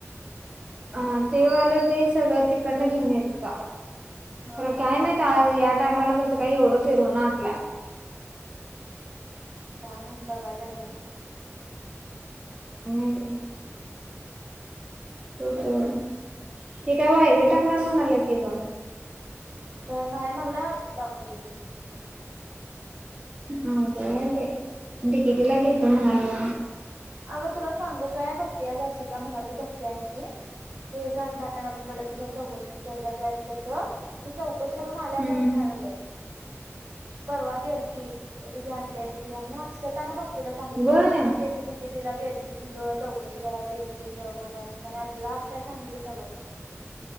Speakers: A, on the right; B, on the right.
A: अं ते वालं ते सगळ तिकडन घेऊन येत होता खरं
B: हा हा
A: काय
B: हा
A: माहित आज यात टायमाला कसं काय एवढं फिरवून आणलाय
B: काय माहित बघाय पाहिजे
A: मांडी हो जाऊन हे काय वायरी टाकणार म्हणाल्या की <unintelligible>
B: ते नाही मला टाकू देेतील
A: नाव होय बई डिकेटीला घे कोण म्हणाल्या
B: अगं तुला सांगू काय भक्ती आशी का म्हणालती भक्ती आनी मी, की घाटमॅडम कडे जाऊन चौकशी करजा की अस तस ती चौ कशा वरून आल्या
A: हम्म
B: घाट मॅडमड परवा गेलती ते तिची आंटी आणि ती आत शतान भक तिला सांगितल्या
A: व्हय
B: स्टेफीडी कितीला गेलती की ग, चौकशी कराय गेलती जाऊन आल्या, अस आणि आपल्याला आज काय सांगितले का बघ